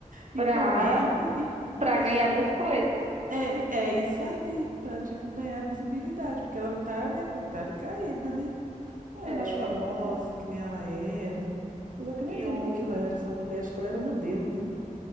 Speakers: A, on the right; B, on the right.
A: e
B: Pra,
A: comenta, e fica
B: pra
A: a pessoa.
B: ganhar biscoito.
A: É, é isso aí, para tipo, ganhar visibilidade, porque ela tá, né, coitada, caída, né? Não é
B: É.
A: mais famosa que nem ela era. Apesar que eu nem
B: E
A: lembro
B: o.
A: o que que ela era, essa mulher, acho que ela era modelo, né?